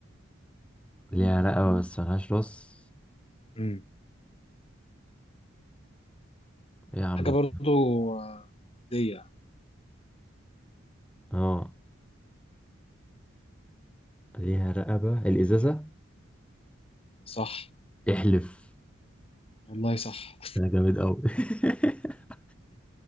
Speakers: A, in the centre; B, on the left.
A: ليها رقبة بس ملهاش راس
B: امم
A: ايه يا عم
B: حاجة
A: بقى؟
B: برضو آه، دي
A: اه ليها رقبة الإزازة
B: صح
A: احلف
B: والله صح
A: ده جامد أوي <laughs>